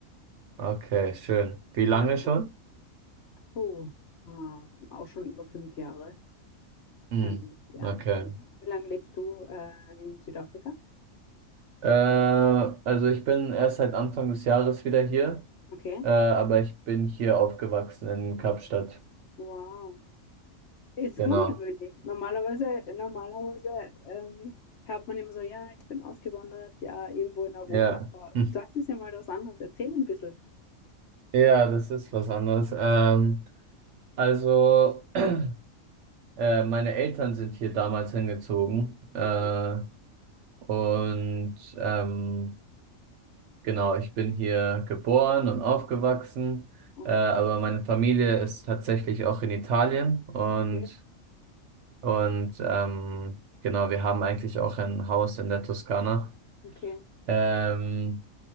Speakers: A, on the right; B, on the left.
A: Okay, schön. Wie lange
B: Ja,
A: schon?
B: voll. Oh, ah, auch schon über fünf Jahre.
A: Hm,
B: Also, ja,
A: okay.
B: ist schon länger. Wie lange lebst du äh, in Südafrika?
A: Äh, also ich bin erst seit Anfang des Jahres wieder hier,
B: Okay.
A: äh, aber ich bin hier aufgewachsen in Kapstadt.
B: Wow. Ist
A: Genau.
B: ungewöhnlich. Normalerweise, normalerweise ähm, hört man immer so, ja, ich bin ausgewandert, ja, irgendwo in Europa.
A: Ja.
B: Aber
A: Hm.
B: das ist ja mal was anderes. Erzähl ein bisschen.
A: Ja, das ist was anderes. Ähm, also, <clears throat> äh, meine Eltern sind hier damals hingezogen. Äh,
B: Okay.
A: Und ähm, genau, ich bin hier geboren und aufgewachsen,
B: Oh,
A: äh, aber meine Familie ist tatsächlich auch in Italien und,
B: Okay,
A: und ähm, genau, wir haben eigentlich auch ein Haus in der Toskana.
B: okay,
A: Ähm,